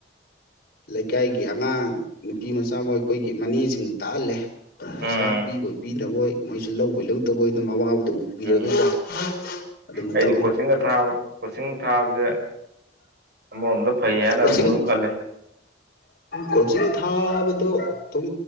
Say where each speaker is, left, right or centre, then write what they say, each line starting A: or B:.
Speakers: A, on the left (about 55°); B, on the right (about 60°).
A: ꯂꯩꯀꯥꯏꯒꯤ ꯑꯉꯥꯡ ꯅꯨꯄꯤ ꯃꯆꯥ ꯃꯥ ꯑꯩꯈꯣꯏꯒꯤ ꯃꯅꯦꯁꯤꯡ ꯇꯥꯛꯍꯜꯂꯦ ꯄꯩꯁꯥ
B: ꯎꯝ
A: ꯄꯤꯕꯣꯏ ꯄꯤꯗꯕꯣꯏ ꯃꯣꯏꯁꯨ ꯂꯧꯕꯣꯏ ꯂꯧꯗꯕꯣꯏ ꯑꯗꯨꯝ ꯃꯥ ꯋꯕꯗꯣ ꯎ ꯊꯤꯔꯒꯀꯣꯑꯗꯨꯝ
B: ꯎꯝ ꯑꯩꯗꯤ
A: ꯇꯧꯋꯦ
B: ꯀꯣꯆꯤꯡꯒ ꯊꯥꯕ ꯀꯣꯆꯤꯡ ꯊꯥꯕꯁꯦ ꯑꯃꯔꯣꯝꯗ ꯐꯩ ꯍꯥꯏꯅ
A: ꯀꯣꯆꯤꯡ
B: ꯑꯃ ꯈꯜꯂꯦ
A: ꯀꯣꯆꯤꯡ ꯊꯥꯕꯗꯣ ꯑꯗꯨꯝ